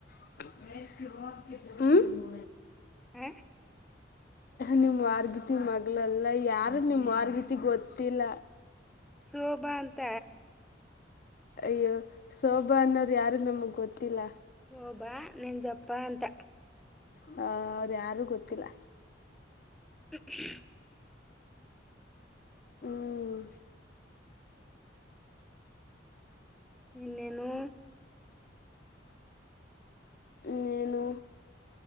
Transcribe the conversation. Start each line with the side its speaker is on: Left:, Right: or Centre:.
Left: <unintelligible> ಹ್ಮ
Centre: ಹ
Left: ನಿಮ್ಮ್ ಮಾರ್ಗತಿ ಮಗಳಲ್ಲ ಯಾರು ನಿಮ್ಮ್ ಮಾರ್ಗತಿ ಗೊತ್ತಿಲ್ಲ.
Centre: ಸೋಭಾ ಅಂತ.
Left: ಅಯ್ಯೋ ಸೋಭಾ ಅನ್ನೋರು ಯಾರು ನಮಗ್ ಗೊತ್ತಿಲ್ಲ.
Centre: ಸೋಬಾ ನೇನ್ ಜಪ್ಪಾ ಅಂತ.
Left: ಹ ಅವ್ರ ಯಾರು ಗೊತ್ತಿಲ್ಲ.
Centre: ಹ ಹ್ಮ
Left: ಹ್ಮ್,
Centre: ಇನ್ನೇನು.
Left: ನೇನೂ.